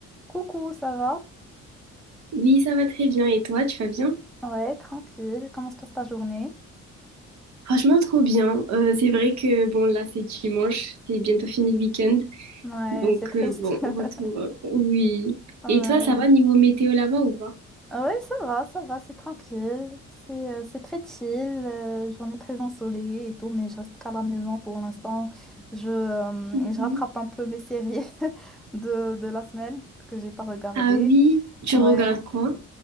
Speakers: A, in the centre; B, on the right.
A: Coucou, ça va?
B: Oui, ça va très bien. Et toi, tu vas bien?
A: Ouais, tranquille. Comment se passe ta journée?
B: Franchement, trop bien. Euh, c'est vrai que bon, là, c'est dimanche, c'est bientôt fini le week-end.
A: Ouais,
B: Donc,
A: c'est triste.
B: euh, bon,
A: <laughs>
B: retour. euh, oui.
A: Ouais.
B: Et toi, ça va niveau météo là-bas ou pas?
A: Ouais, ça va, ça va, c'est tranquille. C'est euh, c'est très chill, euh, journée très ensoleillée et tout, mais je reste qu'à la maison pour l'instant. Je, euh,
B: Mhm.
A: je rattrape un peu mes séries <laughs> de, de la semaine que j'ai pas regardées.
B: Ah oui, tu
A: Ouais.
B: regardes quoi?